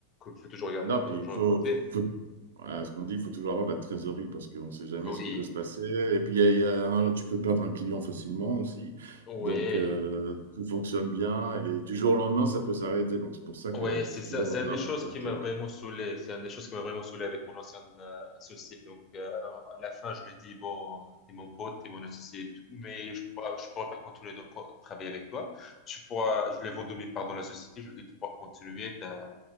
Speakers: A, on the left (about 30°); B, on the right (about 60°).
A: Il faut toujours garder
B: Non,
A: un peu
B: puis
A: d'argent
B: il faut,
A: à côté.
B: faut- voilà, ce qu'on dit, il faut toujours avoir de la trésorerie parce qu'on ne sait jamais
A: Oui,
B: ce qui peut se passer. Et puis, il y a, il y a un- tu peux perdre un client facilement aussi.
A: oui.
B: Donc, euh, tout fonctionne bien et du jour au lendemain, ça peut s'arrêter. Donc, c'est pour ça qu'il
A: Ouais, c'est
B: faut
A: ça.
B: toujours
A: C'est
B: avoir de
A: une des
B: l'argent
A: choses
B: de côté.
A: qui m'a vraiment
B: quoi.
A: saoulé. C'est une des choses qui m'a vraiment saoulé avec mon ancien euh, associé. Donc, euh, à la fin, je lui ai dit, bon, t'es mon pote, t'es mon associé et tout, mais je pourrais, je pourrais pas continuer de co- travailler avec toi. Tu pourras, je l'ai vendu mes parts dans la société. Je lui ai dit, tu pourras continuer. T'as,